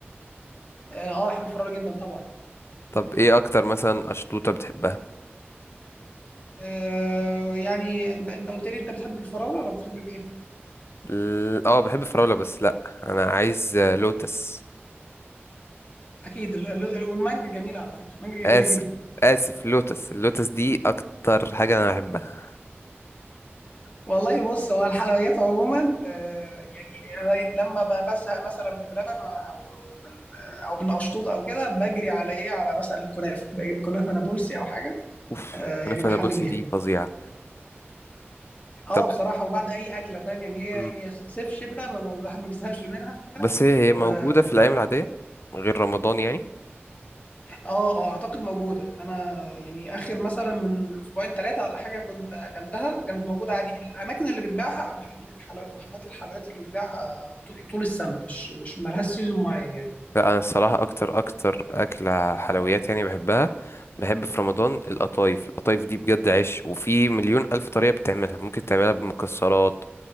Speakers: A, on the left (about 35°); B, on the left (about 70°).
A: اه آه، بحب الفراوله جدا طبعا
B: طب ايه اكتر مثلا اشطوطة بتحبها
A: آه يعني انت انت قلت لي انت بتحب الفراوله ولا بتحب بايه
B: ال- اه بحب الفراولة بس لا انا عايز آه، لوتس
A: اكيد ال- ال- والمانجا جميله على فكره المانجا
B: اسف
A: جميله جدا
B: اسف لوتس اللوتس دي اكتر حاجة انا بحبها
A: والله بص هو الحلويات عموما آه يعني أنا لما ب- بزهق مثلا بلبن او او من آه، او من اشطوطه او كده بجري على ايه على مثلا الكنافه بجيب كنافه نابلسي او حاجه
B: اوف
A: آه
B: كنافة
A: يعني بحل
B: نابلسي
A: بيها
B: دي فظيعة
A: اه
B: طب
A: بصراحه وبعد اي اكله فاهم يعني هي
B: مم.
A: هي صيف شتاء ما ما الواحد ما بزهقش منها
B: بس هي هي
A: و...
B: موجودة
A: و...
B: في الايام العادية غير رمضان يعني
A: اه اه اعتقد موجوده انا يعني اخر مثلا من اسبوعين ثلاثه ولا حاجه كنت اكلتها وكانت موجوده عادي الاماكن اللي بتبيعها محل... الحلو... محلات الحلويات اللي بتبيعها طو- طول السنه مش مش مالهاش سيزون معين يعني
B: لا انا الصراحه اكتر اكتر اكله حلويات يعني بحبها بحب في رمضان القطايف القطايف دي بجد عيش وفي مليون الف طريقه بتعملها ممكن تعملها بمكسرات